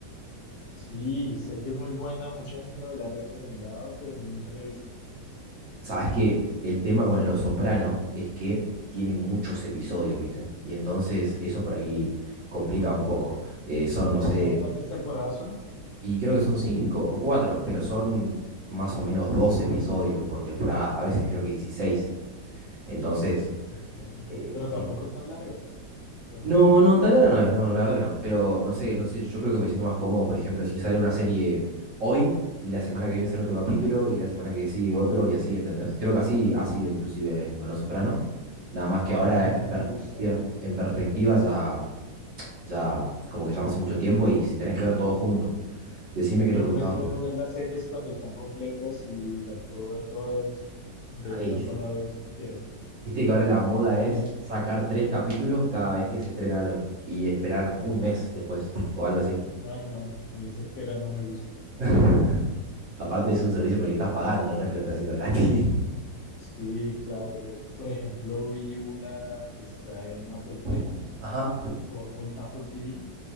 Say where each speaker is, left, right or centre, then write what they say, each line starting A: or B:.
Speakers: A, on the left; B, on the right.
A: Sí, sé que es muy buena, mucha gente me la ha recomendado, pero nunca la he visto.
B: Sabes que el tema con Los Soprano es que tiene muchos episodios, ¿viste? Y entonces eso por ahí complica un poco. Eh, son, no sé,
A: ¿Sabes cuántas temporadas son?
B: y creo que son cinco o cuatro, pero son más o menos 12 episodios por temporada, a veces creo que dieciséis Entonces,
A: Ok,
B: eh,
A: pero tampoco es tan larga. Entonces,
B: No, no, tan larga no es, no, no, la verdad que no. Pero no sé, no sé, yo creo que me siento más cómodo, por ejemplo, si sale una serie hoy y la semana que viene sale otro capítulo y la semana que sigue otro y así, ¿entendés? Creo que así ha sido inclusive con Los Soprano. Nada más que
A: en
B: ahora
A: cambio a mí
B: en
A: no
B: perspectiva,
A: me gusta.
B: en perspectiva ya, ya como que ya pasó mucho tiempo y tenés que ver todo junto. Decime que
A: Yo
B: no te gustaba.
A: prefiero ver las series cuando están completas y las puedo ver todas de
B: Ay,
A: una sola vez si quiero.
B: viste que ahora la moda
A: No
B: es
A: me,
B: sacar tres capítulos cada vez que se estrena algo y esperar un mes después o algo así.
A: no, no, no, a mí esa espera no me gusta, me desespera.
B: <laughs> Aparte es un servicio por el que estás pagando, ¿no? No es que lo estás haciendo gratis.
A: Sí, claro, yo por ejemplo vi una que está en Apple Play
B: <laughs> Ajá.
A: o Apple, Apple TV,